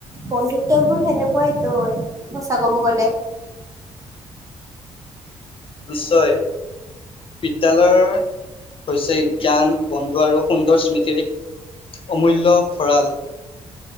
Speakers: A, on the right; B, on the left.
A: বন্ধুত্ব বোৰ সেনেকুৱা। নেকুৱাই ত সঁচা ক'ব গ'লে
B: নিশ্চয় বিদ্যালয় হৈছে জ্ঞান বন্ধু আৰু সুন্দৰ স্মৃতিৰ এক অমূল্যয় ভঁৰাল